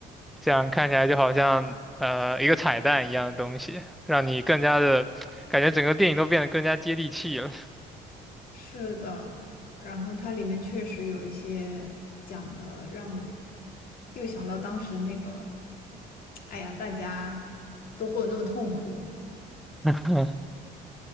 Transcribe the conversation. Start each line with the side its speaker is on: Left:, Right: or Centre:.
Centre: 这样看起来就好像呃一个彩蛋一样的东西，让你更加的感觉整个电影都变得更加接地气了。
Left: 是的，然后它里面确实有一些讲的，让我又想到当时那个，哎呀，大家都过得那么痛苦。
Centre: <laughs>